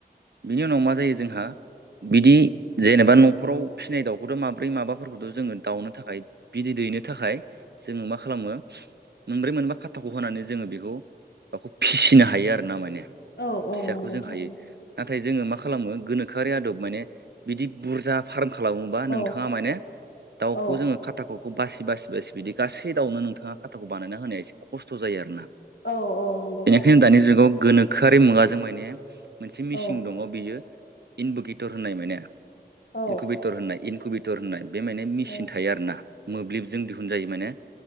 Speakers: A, on the right; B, on the left.
A: बिनि उनाव मा जायो जोंहा बिदि जेनेबा न'खराव फिसिनाय दाउखौथ' माब्रै माबाफोरखौथ' जोङो दाउनो थाखाय बिदै दै नो थाखाय जोङो मा खालामो मोनब्रै मोनबा खाथाख' होनानै जोङो बेखौ दाउखौ फिसिनो हायो आरो ना माने
B: औ औ
A: फिसाखौ
B: नंगौथ'
A: जों हायो
B: आरो
A: नाथाय जोङो मा खालामो गोनोखोआरि आदब माने बिदि बुरजा फार्म खालामोबा
B: औ
A: नोंथाङा माने दाउखौ
B: औ
A: जोङो खाथाख'खौ बासि बासि बासि बिदि गासै दावउनो नोंथाङा खाथाखौ बानायना होनाया एसे खस्थ' जायो आरोना
B: औ औ नंगौ
A: बेनिखायनो
B: थारैनो
A: दानि जुगाव गोनोखोआरि मुगाजों माने मोनसे मिचिन
B: औ
A: दङ' बियो इनभुकेटर होननाय मोनो
B: औ
A: इनकुबेटर होननाय इनकुबेटर होननाय बे माने मिसिन
B: औ
A: थायो आरो ना मोब्लिबजों दिहुन जायो माने।